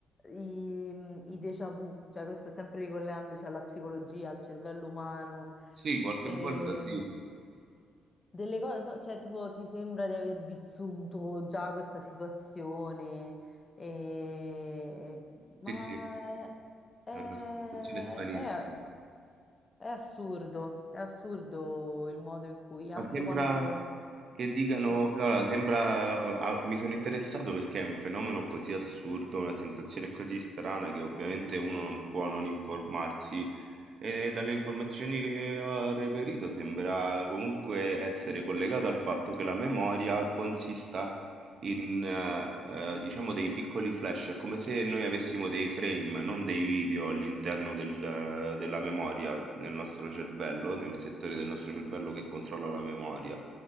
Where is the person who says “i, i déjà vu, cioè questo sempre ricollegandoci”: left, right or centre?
Left